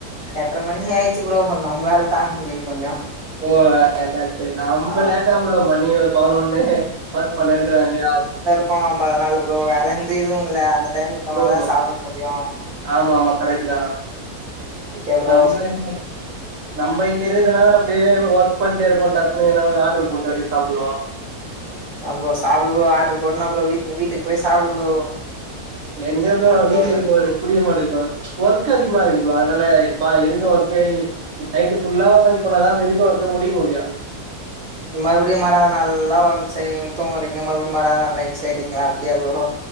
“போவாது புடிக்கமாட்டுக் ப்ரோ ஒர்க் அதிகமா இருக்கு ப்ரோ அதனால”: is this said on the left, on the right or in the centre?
Right